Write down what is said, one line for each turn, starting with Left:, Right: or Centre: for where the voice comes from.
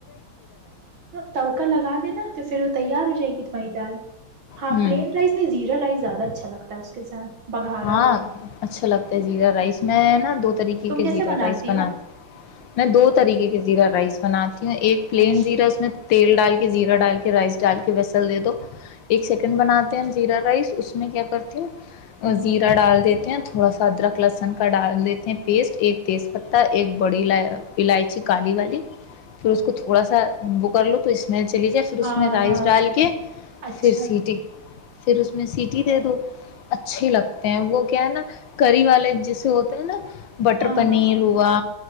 Right: تڑکا لگی ہے نا تو پھر تیار ہو جائے گی تمہاری دال ہاں
Left: ہوں
Right: پلین رائس نے زیادہ اچھا لگتا ہے اس کے ساتھ بگھارا
Left: ہاں
Right: ہو
Left: اچھا لگتا ہے زیدہ رائس میں ہے نا دو طریقے
Right: تم
Left: کے
Right: کیسے
Left: زیرہ
Right: بناتی
Left: رائس بنا
Right: ہو
Left: میں دو طریقے کے زیرہ رائس بنا ایک پلین
Right: اچھا
Left: زیرہ اس میں تیل ڈال کے زیرہ ڈال کے رائس ڈال کے ویسل دے دو ایک سیکنڈ بناتے ہیں زیرہ رائس اس میں کیا کرتی ہوں وزیرہ ڈال دیتے ہیں تھوڑا سا ادرک لہسن کا ڈال لیتے ہیں پیسٹ ایک تیز پتہ ایک بڑی الائچی کالی والی پھر اس کو تھوڑا سا وہ کر لو تو اس میں چلی جائے پھر اس
Right: ہاں
Left: میں رائس
Right: ہاں
Left: ڈال کے
Right: اچھا
Left: پھر سیٹی پھر اس میں سیٹی دے دو اچھے لگتے ہیں وہ کیا ہے نا کری والے جسے ہوتے ہیں نا بٹر
Right: ہاں
Left: پنیر
Right: ہاں
Left: ہوا